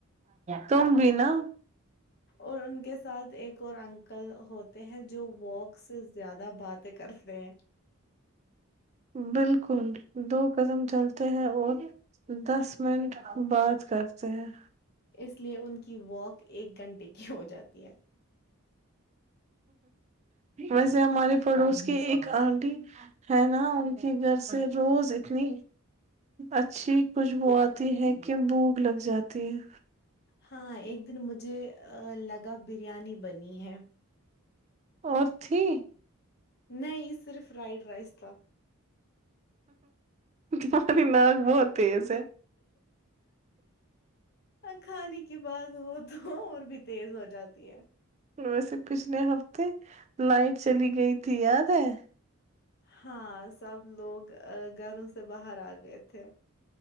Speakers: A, on the right; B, on the left.
A: تم بھی نا
B: اور ان کے ساتھ ایک اور انک کل ہوتے ہیں جو والک سے زیادہ باتیں کرتے ہیں
A: بالکل دو قدم چلتے ہیں اور دس منٹ بات کرتے ہیں
B: اس لیے ان کی والک ایک گھنٹے کی ہو جاتی ہے
A: ویسے ہمارے پڑوس کے ایک آنٹی ہے نا ان کے گھر سے روز اتنی اچھی خوشبو آتی ہے کہ بھوک لگ جاتی ہے
B: ہاں ایک دن آ مجھے لگا بریانی بنی ہے
A: اور تھی
B: نہیں صرف فرائڈ رائس تھا
A: تمہاری ناک بہت تیز ہے
B: ہاں کھانے کی بات ہو تو اور بھی تیز ہو جاتی ہے
A: ویسے پچھلے ہفتے لائٹ چلی گئی تھی یاد ہے
B: ہاں سب لوگ گھروں سے باہر آ گئے تھے